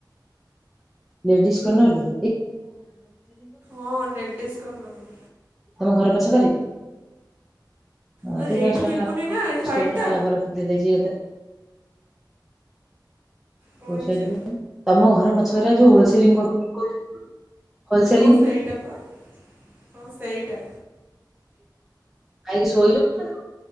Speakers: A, in the centre; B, on the right (about 25°).
A: ଲେଡ଼ିସ୍ କର୍ଣ୍ଣର ରୁ।
B: ଓ ଲେଡିସ କର୍ଣ୍ଣରରୁ।
A: ତମ ଘର ପଛ କରେ। ହଁ
B: ଆଉ
A: ସେ
B: ଏଇଠି
A: ଦଶ ଟଙ୍କା
B: ବିକୁନି
A: ଲାଭ ଦଶ
B: ନା ଏଇ ସାଇଟଟା
A: କୋଡିଏ ଟଙ୍କା ଲାଭ ରଖିତେ ଦେଇଚି
B: କଣ
A: କଉ
B: ହେଇଚି?
A: ସାଇଟ କହିଲୁ ତମ ଘର ପଛରେ ଯୋଉ ହୋଲସେଲିଙ୍ଗ କରୁ ହୋଲସେଲିଂ
B: ହଁ ସେଇଟା ପା ହଁ ସେଇଟା।
A: ଖାଇକି ଶୋଇଲୁଣି